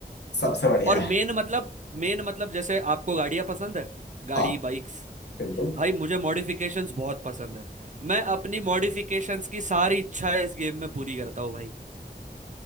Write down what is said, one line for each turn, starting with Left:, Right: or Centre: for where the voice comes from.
Left: सबसे बढ़िया
Right: और
Left: है
Right: मेन मतलब मेन मतलब जैसे आपको गाड़ियां पसंद है गाड़ी
Left: हाँ
Right: बाइक्स
Left: बिल्कुल
Right: भाई मुझे मॉडिफिकेशंस बहुत पसंद है मैं अपनी मॉडिफिकेशंस की सारी इच्छाएं इस गेम में पूरी करता हूँ भाई